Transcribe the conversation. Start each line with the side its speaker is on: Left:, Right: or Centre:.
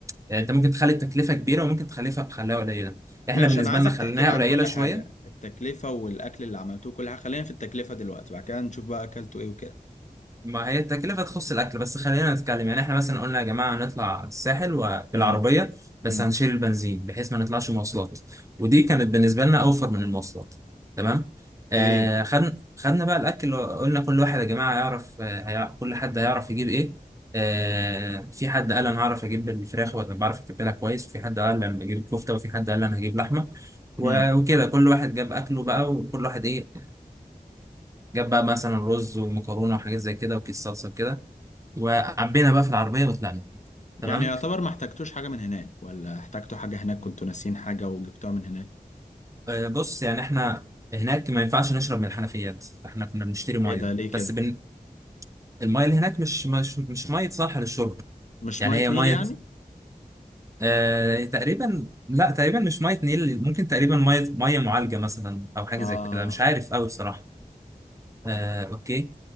Right: يعني انت ممكن تخلي التكلفه كبيره وممكن تخليها تخليها قليله احنا
Left: ماشي
Right: بالنسبه
Left: انا عايزك
Right: لنا خليناها
Left: تحكي لي عن
Right: قليله
Left: كل
Right: شويه
Left: حاجة التكلفة والاكل اللي عملتوه كل حاجة خلينا في التكلفة دلوقتي بعد كده نشوف بقى اكلتوا ايه وكده
Right: ما هي التكلفة تخص الأكل بس خلينا نتكلم يعني إحنا مثلا قلنا يا جماعة هنطلع الساحل وبالعربية
Left: امم
Right: بس
Left: امم
Right: هنشيل البنزين بحيث ما نطلعش مواصلات ودي كانت بالنسبة لنا أوفر من المواصلات تمام آه
Left: ايه
Right: خدنا خدنا بقى الأكل قلنا كل واحد يا جماعة يعرف آه هيع- كل حد هيعرف يجيب إيه آه في حد قال أنا هعرف أجيب الفراخ وأنا بعرف أتبلها كويس وفي حد قال أنا هجيب الكفتة وفي حد قال أنا هجيب لحمة و-
Left: امم
Right: وكده كل واحد جاب أكله بقى وكل واحد إيه جاب بقى مثلا رز ومكرونه وحاجات زي كده وكيس صلصه كده وعبينا بقى في العربيه وطلعنا تمام
Left: يعني يعتبر ما احتاجتوش حاجة من هناك ولا احتاجتوا حاجة هناك كنتوا ناسيين حاجة وجبتوها من هناك
Right: آه، بص يعني احنا هناك ما ينفعش نشرب من الحنفيات فاحنا كنا بنشتري ميه
Left: ايه ده ليه كده
Right: بس بن... الميه اللي هناك مش مش مش ميه صالحه للشرب
Left: مش
Right: يعني
Left: مية
Right: هي
Left: نيل
Right: ميه
Left: يعني
Right: آه تقريبا لا تقريبا مش ميه نيل ممكن تقريبا ميه ميه معالجه مثلا او حاجه
Left: اه
Right: زي كده مش عارف قوي بصراحه آه اوكي